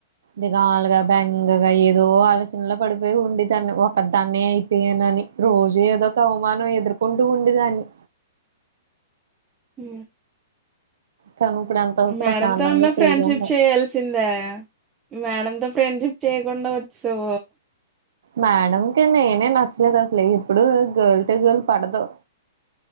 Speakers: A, on the right; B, on the right.
A: దిగాలుగా బెంగగా ఏదో ఆలోచనలో పడిపోయి ఉండి దాన్ని ఒక దాన్న అయిపోయానుని రోజు ఏదో ఒక అవమానం ఎదుర్కొంటూ ఉండేదాన్ని
B: హ
A: కానీ ఇప్పుడు ఎంతో
B: మేడమ్
A: ప్రశాంతంగా
B: తో అన్న
A: ఫ్రీగా
B: ఫ్రెండ్షిప్
A: ఉండ
B: చేయాల్సిందా మేడమ్ తో ఫ్రెండ్షిప్ చేయగొండ ఉత్సవ
A: మేడకిే నేనే నచ్చలేదు అసలు ఇప్పుడు గర్ల్ టు గర్ల్ పడదు